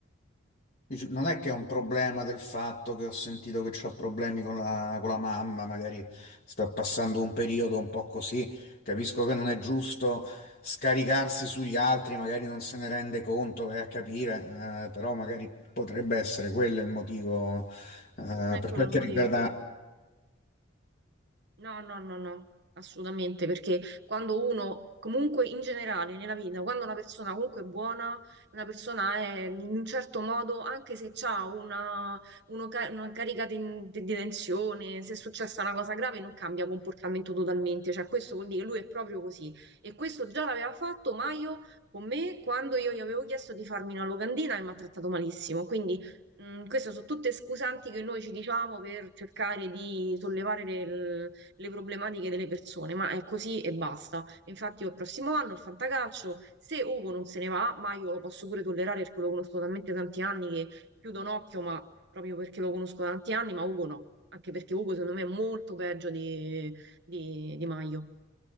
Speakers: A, on the left (about 50°); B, on the right (about 55°).
A: Dice, Non è che è un problema del fatto che ho sentito che c'ho problemi con la, con la mamma, magari sto passando un periodo un po' così. Capisco che non è giusto scaricarsi sugli altri, magari non se ne rende conto, vai a capire, eh, però magari potrebbe essere quello il motivo, eh,
B: non è
A: per
B: quello
A: quel
B: il
A: che
B: motivo.
A: riguarda...
B: No, no, no, no, assolutamente, perché quando uno, comunque in generale nella vita, quando una persona comunque è buona, una persona è in un certo modo, anche se ha una, uno ca- una carica di, di- di tensione, se è successa una cosa grave, non cambia comportamento totalmente, cioè questo vuol dire che lui è proprio così. E questo già l'aveva fatto Maio con me quando io gli avevo chiesto di farmi una locandina e mi ha trattato malissimo, quindi... Mm, queste sono tutte scusanti che noi ci diciamo per cercare di sollevare del- le problematiche delle persone, ma è così e basta. Infatti, io il prossimo anno il fantacalcio, se Ugo non se ne va, ma io lo posso pure tollerare perché lo conosco talmente tanti anni che chiudo un occhio, ma proprio perché lo conosco da tanti anni, ma Ugo no, anche perché Ugo secondo me è molto peggio di, di, di Maio.